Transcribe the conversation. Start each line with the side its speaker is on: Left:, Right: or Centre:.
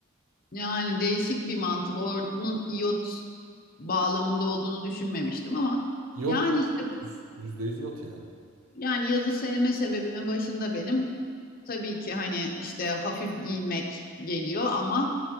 Left: Yani değişik bir mantık. Onun iyot bağlamında olduğunu düşünmemiştim ama
Right: İyot
Left: yani işte
Right: %100 iyot yani.
Left: yani yazı sevme sebebimin başında benim tabii ki hani işte hafif giymek geliyor ama